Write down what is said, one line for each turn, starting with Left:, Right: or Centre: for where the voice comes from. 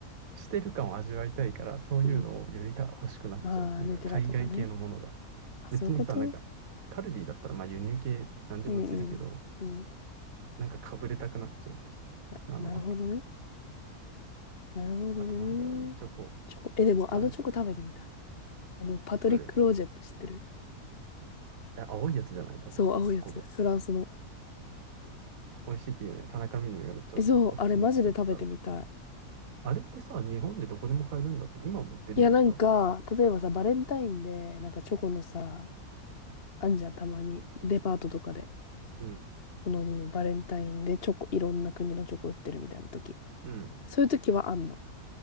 Right: してる感を味わいたいから、そういうのをよりた欲しくなっちゃう。
Left: うん。ああ、
Right: なんか海外系のものが。
Left: ヌテラとかね。あ、
Right: 別にさ、
Left: そういうこと
Right: なんか、カルディだったらまあ輸入系何でも売ってるけど、
Left: うんうん。うん。
Right: なんかかぶれたくなっちゃうって感じなのはあったかな。
Left: な、なるほどね。なるほどね。
Right: あとなんだろうね、チョコ。
Left: チョコ、え、でもあのチョコ食べてみたい。
Right: あ、
Left: あの、パトリック・
Right: どれい
Left: ロージェって知ってる
Right: や、青いやつじゃない、多分、
Left: そう、青いやつ。
Right: 過去が。
Left: フランスの。
Right: 美味しいっていうね、田中みな実がめっちゃおし、
Left: えそう、
Right: おすすめしててさ。
Left: あれマジで食べてみたい。
Right: あれってさ、日本でどこでも買えるんだっけ今も売ってるよね、
Left: いや、なんか、
Right: 多分。
Left: 例えばさ、バレンタインで、なんかチョコのさ、あんじゃん、たまに、デパートとかで。
Right: うん。うん。
Left: その、バレンタインでチョコ、いろんな国のチョコ売ってるみたいな時。
Right: うん
Left: そういう時はあんの。